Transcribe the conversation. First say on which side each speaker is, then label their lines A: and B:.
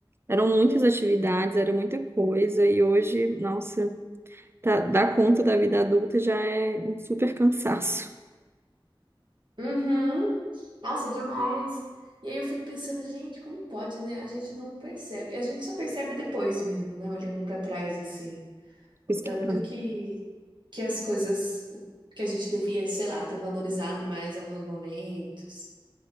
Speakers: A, on the right (about 25°); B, on the right (about 60°).
A: eram muitas atividades, era muita coisa. E hoje, nossa, tá, dar conta da vida adulta já é um super <laughs> cansaço.
B: Uhum. Nossa, demais. E aí eu fico pensando, gente, como pode, né? A gente não percebe. A gente só percebe depois mesmo, né? Olhando pra trás assim. O
A: Isso
B: tanto
A: que passa.
B: que que as coisas que a gente devia, sei lá, ter valorizado mais alguns momentos.